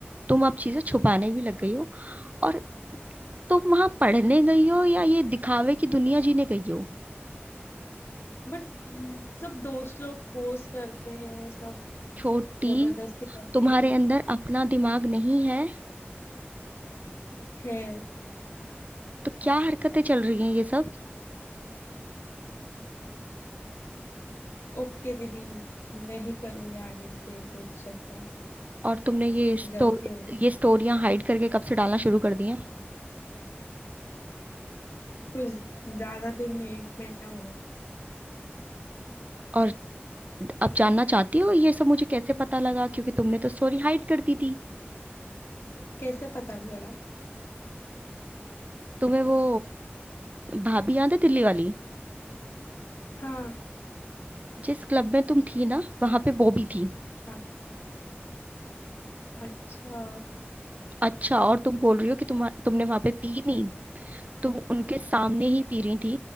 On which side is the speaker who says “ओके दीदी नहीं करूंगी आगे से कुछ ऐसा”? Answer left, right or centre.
Left